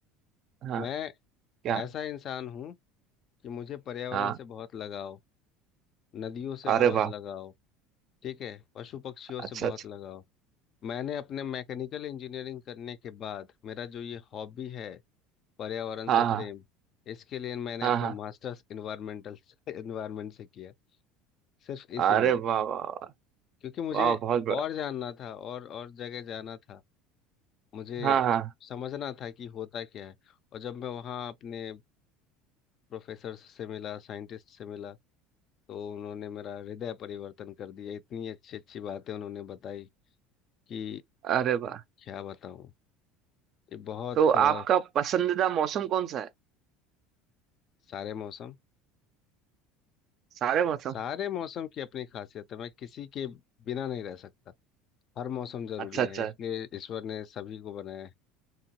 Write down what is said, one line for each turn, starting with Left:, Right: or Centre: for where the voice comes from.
Right: हाँ
Left: मैं
Right: क्या
Left: ऐसा इंसान हूँ कि मुझे पर्यावरण
Right: हाँ
Left: से बहुत लगाव नदियों से
Right: अरे
Left: बहुत
Right: वाह
Left: लगाव ठीक है पशु पक्षियों
Right: अच्छा
Left: से बहुत
Right: अच्छा
Left: लगाव मैंने अपने मैकेनिकल इंजीनियरिंग करने के बाद मेरा जो ये हॉबी है पर्यावरण
Right: हाँ
Left: से
Right: हाँ
Left: प्रेम इसके लिए मैंने
Right: हाँ
Left: अपने
Right: हाँ
Left: मास्टर्स इन्वायरमेंटल इन्वायरमेंट <laughs> से किया सिर्फ इसीलिए
Right: अरे वाह वाह वाह
Left: क्योंकि मुझे
Right: वाह बहुत
Left: और
Right: बड़ा
Left: जानना था और और जगह जाना था मुझे
Right: हाँ हाँ
Left: समझना था कि होता क्या है और जब मैं वहाँ अपने प्रोफेसर से मिला साइंटिस्ट से मिला तो उन्होंने मेरा हृदय परिवर्तन कर दिया इतनी अच्छी अच्छी बातें उन्होंने बताई कि
Right: अरे वाह
Left: क्या बताऊँ ये बहुत
Right: तो
Left: अ,
Right: आपका पसंदीदा मौसम कौन सा है
Left: सारे मौसम
Right: सारे मौसम
Left: सारे मौसम की अपनी खासियत है मैं किसी के बिना नहीं रह सकता हर मौसम जरूरी
Right: अच्छा अच्छा
Left: है इसलिए ईश्वर ने सभी को बनाया है